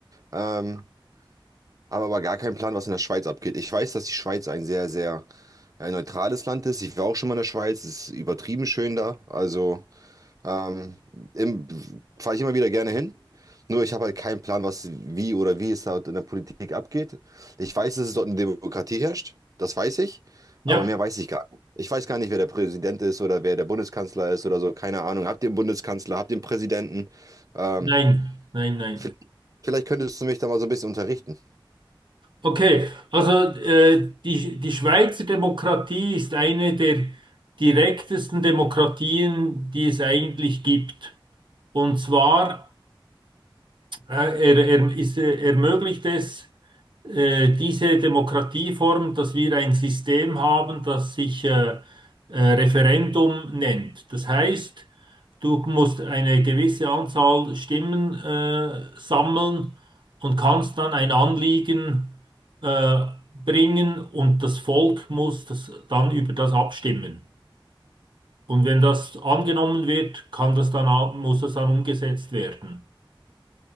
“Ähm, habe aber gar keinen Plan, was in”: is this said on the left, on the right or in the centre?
Right